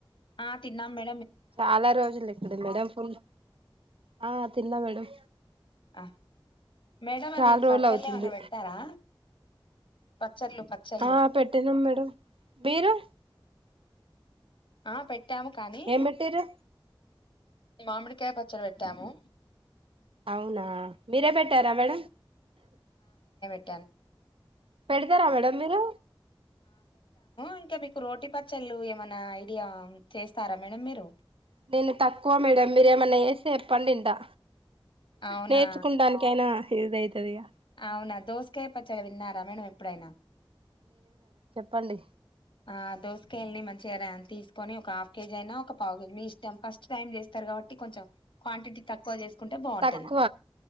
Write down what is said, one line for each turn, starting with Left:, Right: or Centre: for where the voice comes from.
Left: ఆ తిన్నాం మే
Right: చాలా రోజులు ఇక్కడ మేడం ఫుల్ ఆ తిన్నా మేడం
Left: ఆ మేడమ్ అది
Right: చాలా రోజులు
Left: పచ్చల్
Right: అవుతుంది
Left: ఎమన్న పెడతారా పచ్చళ్ళు పచ్చళ్ళు
Right: ఆ పెట్టటినాం మేడం మీరు
Left: ఆ పె ట్టాము కానీ
Right: ఏం పెట్టిరు
Left: మామిడికాయ పచ్చడి పెట్టాము
Right: అవునా మీరే పెట్టారా మేడం
Left: <unintelligible>
Right: పెడతారా మేడం మీరు
Left: ఇంక మీకు రోటీ పచ్చళ్ళు ఏమైనా ఐడియా చేస్తారా మేడం మీరు
Right: నేను తక్కువ మేడం మీరయామన్నా యేస్తే చెప్పండి వింటా.
Left: అవునా
Right: నేర్చుకుండానికి అయినా యూస్ అవుతుందిగా
Left: అవునా దోసకాయ పచ్చడి విన్నారా మేడం ఎప్పుడైనా.
Right: పండి
Left: ఆ దోసకాయల్ని మంచిగా తీసుకొని ఒక హాఫ్ కేజీ అయినా ఒక పావు కేజీ మీ ఇష్టం ఫస్ట్ టైం చేస్తా. న్నారు కాబట్టి కొంచెం క్వాంటిటీ తక్కువ చేసుకుంటే బాగుంటది
Right: తక్కువ